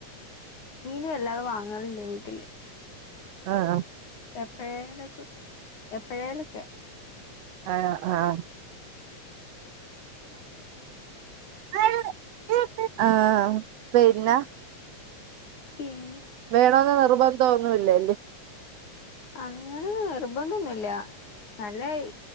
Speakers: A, on the left; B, on the right.
A: മീനും വല്ലാതെ വാങ്ങറില്ല വീട്ടില്.
B: ആഹ ആ
A: എപ്പഴെ എഴുന്നേക്കും. എപ്പോഴാലൊക്കെ.
B: ആഹ ആഹ <unintelligible> ആഹ പിന്നെ.
A: പിൻ
B: വേണമെന്ന് നിർബന്ധം ഒന്നു ഇല്ലേ. <inaudible>
A: അങ്ങനെ നിർബന്ധം ഒന്നുമില്ല. നല്ലെ